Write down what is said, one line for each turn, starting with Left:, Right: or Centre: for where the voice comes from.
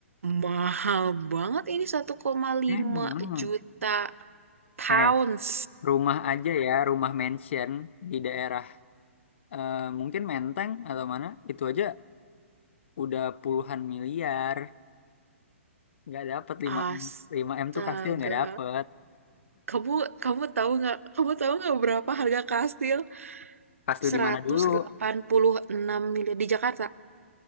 Right: mahal banget ini satu koma lima
Left: emang.
Right: juta pounds.
Left: Eh, rumah aja ya, rumah mansion di daerah eh, mungkin Menteng atau mana, itu aja udah puluhan miliar. Nggak dapet lima
Right: Astaga.
Left: m 5M tuh kastil nggak dapet.
Right: Kamu kamu tahu nggak? Kamu tahu nggak berapa harga kastil?
Left: Kastil
Right: seratus
Left: di mana dulu?
Right: delapan puluh enam miliar di Jakarta.